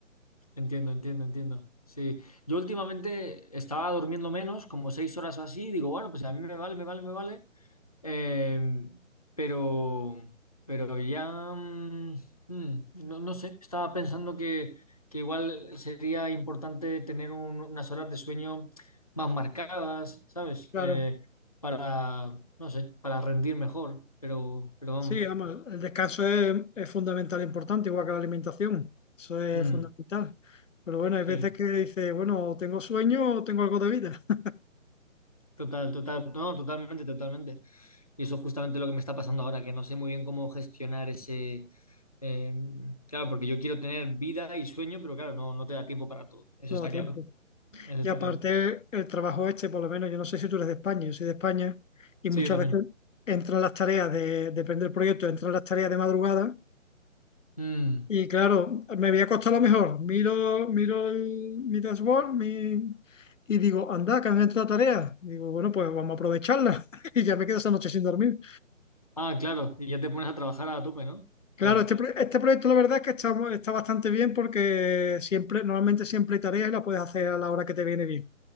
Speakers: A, on the left; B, on the left.
A: Entiendo, entiendo, entiendo. Sí, yo últimamente estaba durmiendo menos, como seis horas o así, y digo, bueno, pues a mí me vale, me vale, me vale. Eh, pero, pero ya, mm, mm, no, no sé, estaba pensando que, que igual sería importante tener un- unas horas de sueño más marcadas, ¿sabes?
B: Claro.
A: Eh, para, no sé, para rendir mejor, pero, pero vamos.
B: Sí, vamos, el descanso es, es fundamental, e importante, igual que la alimentación. Eso es
A: Mm,
B: fundamental. Pero bueno, hay
A: sí.
B: veces que dices, bueno, tengo sueño o tengo algo de vida. <laughs>
A: Total, total, no, totalmente, totalmente. Y eso es justamente lo que me está pasando ahora, que no sé muy bien cómo gestionar ese... eh, claro, porque yo quiero tener vida y sueño, pero claro, no, no te da tiempo para todo. Eso
B: No,
A: está
B: tiempo.
A: claro, eso
B: Y
A: está
B: aparte,
A: claro.
B: el trabajo este, por lo menos, yo no sé si tú eres de España, yo soy de España, y
A: Sí,
B: muchas
A: yo también.
B: veces entran las tareas de, depende del proyecto, entran las tareas de madrugada.
A: Mm.
B: Y claro, me voy a acostar a lo mejor. Miro, miro el- mi dashboard, mi, y digo, anda, que han entrado tareas. Digo, bueno, pues vamos a aprovecharla. <laughs> Y ya me quedo esa noche sin dormir.
A: Ah, claro, y ya te pones a trabajar a tope, ¿no?
B: Claro,
A: Claro,
B: este, pro- este proyecto la verdad es que está, mu- está bastante bien porque siempre, normalmente siempre hay tareas y las puedes hacer a la hora que te viene bien.